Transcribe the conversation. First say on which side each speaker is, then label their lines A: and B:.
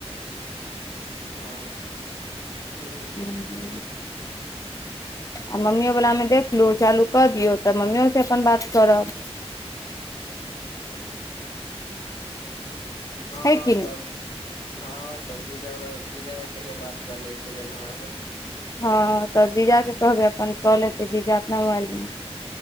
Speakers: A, on the left (about 65°); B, on the left (about 30°).
A: हँ हूं।
B: हं। आ मम्मीयो वला मे देखलू चालू कऽ दियौ तऽ मम्मियो से अपन बात करब।
A: हँ
B: है कि नहि
A: तब हँ तब जीजा वला जीजा के कहिये बात करलैके लेल हमरा से।
B: हँ तब जीजा के कहबै अपन कऽ लेतै जीजा अपना मोबाइल मे।